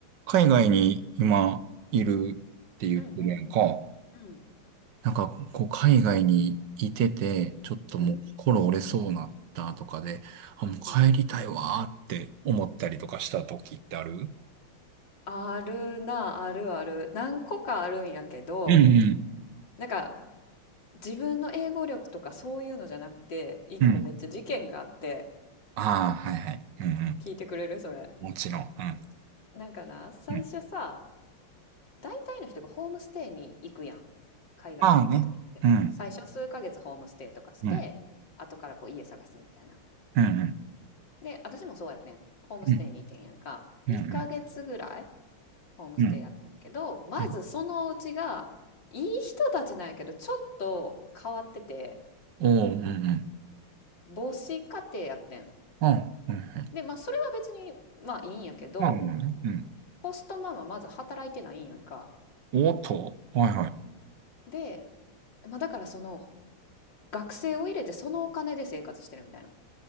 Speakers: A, on the right; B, on the left.
A: 海外に今いるって言ってるやんか。
B: うんうんうん
A: なんか、こう、海外にいてて、ちょっともう心折れそうなったとかで、
B: うん
A: あ、もう帰りたいわーって思ったりとかした時ってある
B: うんあるなあるある何個かあるんやけど
A: うんうん。
B: なんか自分の英語力とかそういうのじゃなくて一個めっちゃ事件があって
A: うん。ああ、はいはい。うんうん。
B: 聞いてくれるそれ
A: もちろん。うん。
B: なんかな最初さ
A: うん。
B: 大体の人がホームステイに行くやん海外行った時って最初数ヶ月ホームステイとかして後からこう家探すみたいな
A: まあね。うん。うん。うんうん。
B: で私もそうやってんホームステイにいてんやんか2ヶ月ぐらい
A: うん。うんうん。
B: ホームステイやってるけど、
A: うん。
B: まずそのお家が、
A: うん
B: いい人たちなんやけど、ちょっと変わってて、
A: おーうんうん。
B: 母子家庭やってん。
A: ああ、はいはい。
B: で、まあ、それは別に、まあ、いいんやけど、
A: まあまあね。うん。
B: ホストママまず働いてないんやんか。
A: おーっと。はいはい。
B: で、まあ、だからその、学生を入れてそのお金で生活してるみたいな。